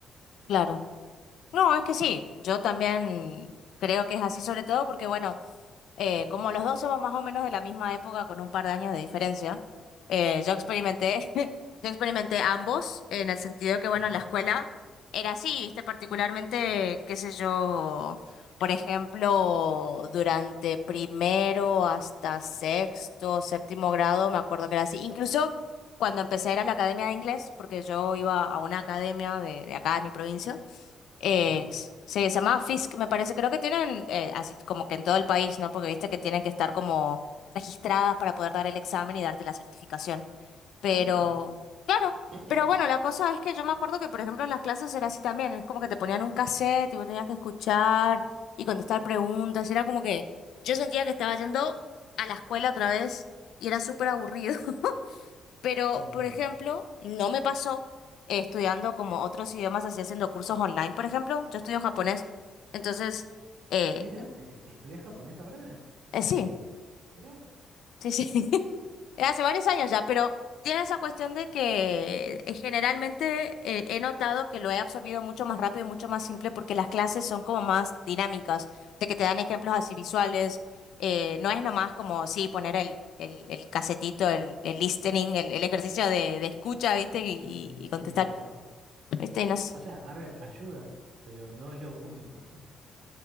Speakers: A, on the left (about 75°); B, on the right (about 70°).
A: Claro. No, es que sí, yo también creo que es así, sobre todo porque, bueno,
B: <clears throat>
A: Eh, como los dos somos más o menos de la misma época, con un par de años de diferencia, eh, yo experimenté, <laughs> yo experimenté ambos, en el sentido que, bueno,
B: Ujú.
A: en la escuela era así, viste, particularmente, qué sé yo, por ejemplo, durante primero hasta sexto, séptimo grado, me acuerdo que era así. Incluso cuando empecé a ir a la academia de inglés, porque yo iba a una academia de, de acá de mi provincia eh,
B: Mira,
A: se llamaba Fisk, me parece. Creo que tienen, eh, así como que en todo el país, ¿no? Porque viste que tienen que estar como registradas para poder dar el examen y darte la certificación. Pero,
B: ah, mira qué
A: claro,
B: bien.
A: pero bueno, la
B: <clears throat>
A: cosa es que yo me acuerdo que, por ejemplo, en las clases era así también. Es como que te ponían un cassette y vos tenías que escuchar y contestar preguntas. Era como que yo sentía que estaba yendo a la escuela otra vez y era súper aburrido. Pero,
B: Sí,
A: por
B: no.
A: ejemplo, no me pasó eh, estudiando como otros idiomas, así haciendo cursos online, por ejemplo. Yo estudio japonés. Entonces, eh,
B: Mira, eh, ¿estudias japonés ahora?
A: eh, sí,
B: Mira,
A: sí, sí.
B: qué bueno.
A: <laughs> Hace varios años ya, pero tiene esa cuestión de que eh, generalmente eh, he notado que lo he absorbido mucho más rápido y mucho más simple porque las clases son como más dinámicas, de que te dan ejemplos así visuales. eh, no es nomás como, sí, poner el, el, el casetito, el, el listening, el, el ejercicio de, de escucha, ¿viste? y
B: Sí,
A: y- y
B: sí,
A: contestar.
B: no.
A: Este, no nos-
B: O sea, a ver, ayuda, pero no es lo único.